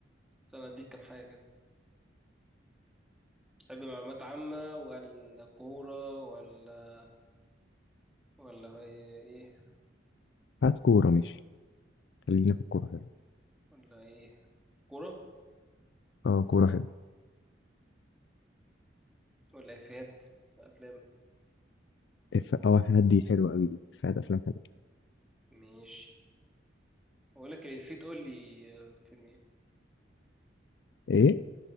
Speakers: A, in the centre; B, on the left.
A: استنى اديك كام حاجه كده تحب معلومات عامه ولا كوره ولا ولا ايه
B: هات كوره ماشي خلينا في الكوره حلو
A: ولا ايه كوره
B: اه كوره حلو
A: ولا افيهات افلام
B: اف اه هدي حلوه قوي دي فات افلام حلوه
A: ماشي اقول لك الافيه تقول لي آه، من فيلم ايه
B: ايه